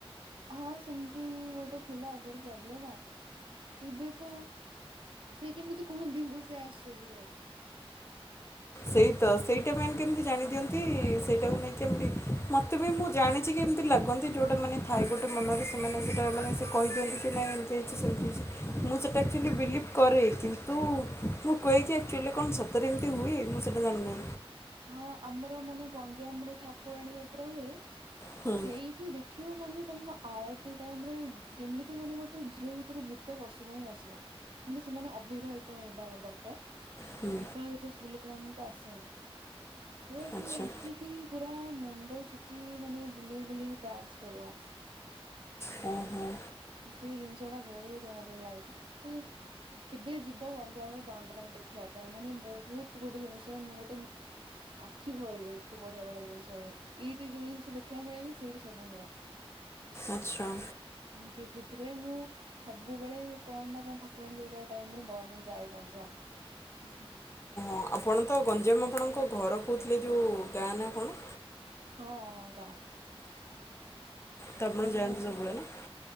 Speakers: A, on the right; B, on the left.
A: ହଁ ସେମିତି ଗୋଟେ ଥିଲା ଆଗରୁ ପ୍ରୋବ୍ଲେମ ଆଉ ଏବେ ତ ସେ କେମିତି କୁହନ୍ତି ମୁଁ ସେ ଆସର୍ଚ୍ୟ ହୁଏ।
B: ସେଇ ତ ସେଇଟା ମେନ୍ କେମିତି ଜାଣି ଦିଅନ୍ତି ସେଇଟାକୁ ନେଇକି କେମତି ମତେ ବି ମୁଁ ଜାଣିଛି କେମତି। ଏମ ଲାଗନ୍ତି ଯେଉଁଟା ମାନେ ଥାଏ ଗୋଟେ ମନରେ ସେମାନେ ସେଇଟା ମାନେ ସେ କହିଦିଅନ୍ତି ଯେ ନାଇଁ ଏମିତି ହେଇଚି ସେମିତି ହେଇଚି। ମୁଁ ସେଇଟା ଆକ୍ଚୁଆଲି ବିଲିଭ୍ କରେ କିନ୍ତୁ ମୁଁ କୁହେ କି ଆକ୍ଚୁଆଲି କଣ ସତରେ ଏମିତି ହୁଏ। ମୁଁ ସେଇଟା ଜାଣିନି।
A: ହଁ ଆମର ମାନେ ଗଞ୍ଜାମରେ ଠାକୁରାଣୀ ଯାତ୍ରା ହୁଏ
B: ହୁଁ
A: ସେଇଠି ଦେଖ ଦେଖିବ ମାନେ ତମ ଆଳତି ଟାଇମ ରେ ଯେମିତି ମାନେ ଗୋଟେ ଝିଅ ଭିତରେ ଭୂତ ପଶିବ ହିଁ ଆସିବ। ମାନେ ସେମାନେ ଅବିବାହିତ ହେବା ଦରକାର
B: ହୁଁ
A: ବିବାହିତ ସ୍ତ୍ରୀ ଲୋକ ମାନଙ୍କୁ ଆସେନି। ତ ସେଇ
B: ଆଚ୍ଛା
A: ଉଠିକି ପୁରା ମୁଣ୍ଡ ଚୁଟି ମାନେ ବୁଲି ବୁଲିି ଡ୍ୟାନ୍ସ କରିବ।
B: ହଁ ହଁ।
A: ସେଇ ଜିନିଷ ଟା ବହୁତ ମାତ୍ରାରେ ଲାଗେ। କେବେ ଯିବ ଗଞ୍ଜାମର ଦଣ୍ଡନାନ ଦେଖିବା ପାଇଁ ମାନେ ବହୁତ ଗୋଟେ ଜିନିଷ ଗୋଟେ ଆଖି ଭରିଦିଏ ଏତେ ବଢିଆ ବଢିଆ ଜିନିଷ ହୁଏ ଏଇଠି ଯୋଉ ଜିନିଷ ଦେଖିବାକୁ ମିଳେନି ସେଇଠି ସବୁ ମିଳେ।
B: ଆଚ୍ଛା।
A: ଉଁ କି ସେଥିପାଇଁ ମୁଁ। ସବୁବେଳେ କଣ ନା କଣ ଠାକୁରାଣୀ ଦେଇ ଟାଇମରେ ବ ଯାଏ ଗଞ୍ଜାମ ହୁଁ ହୁଁ।
B: ହଁ ଆପଣ ତ ଗଞ୍ଜାମ ଆପଣଙ୍କ ଘର କହୁଥିଲେ ଯେଉଁ ଗାଁ ନା କଣ।
A: ହଁ ଗାଁ।
B: ତ୍ ଆପଣ
A: ମାନେ
B: ଯାଆନ୍ତି
A: ମୋ
B: ସବୁବେଳେ ନା।